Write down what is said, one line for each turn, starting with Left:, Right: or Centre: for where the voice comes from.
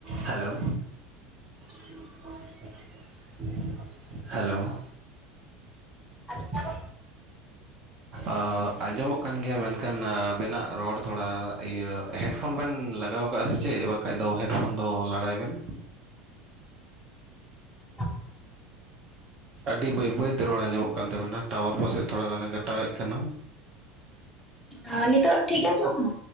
Right: Hello, <inaudible> hello.
Centre: ᱟᱡᱚᱢ ᱧᱟᱢᱚᱻ <inaudible>
Right: ᱟᱻ ᱟᱸᱡᱚᱢᱚᱜ ᱠᱟᱱ ᱜᱮᱭᱟ, ᱢᱮᱱᱠᱷᱟᱱ ᱟᱵᱮᱱᱟ ᱨᱚᱲ ᱛᱷᱚᱲᱟ, ᱤᱭᱟᱹᱻᱻ ᱦᱮᱰᱯᱷᱳᱱ ᱵᱮᱱ ᱞᱟᱜᱟᱣ ᱟᱠᱟᱼᱟ ᱥᱮ ᱪᱮᱫ? ᱵᱟᱠᱷᱟᱡ ᱫᱚ ᱦᱮᱰᱯᱷᱳᱱ ᱫᱚ ᱞᱟᱲᱟᱭ ᱵᱮᱱ ᱾
Centre: <unintelligible>
Right: ᱟᱹᱰᱤ ᱵᱟᱹᱭ ᱵᱟᱹᱭᱛᱮ ᱨᱚᱲ ᱟᱸᱡᱚᱢᱚᱜ ᱠᱟᱱ ᱛᱟᱹᱵᱤᱱᱟ ᱴᱟᱣᱟᱨ ᱯᱟᱥᱮᱫ ᱛᱷᱚᱲᱟ ᱜᱟᱱᱮ ᱠᱟᱴᱟᱣᱮᱫ ᱠᱟᱱᱟ᱾
Centre: ᱟ ᱱᱤᱛᱚᱜ ᱴᱷᱤᱠ ᱜᱮ ᱟᱡᱚᱢᱚᱜ ᱠᱟᱱᱟ?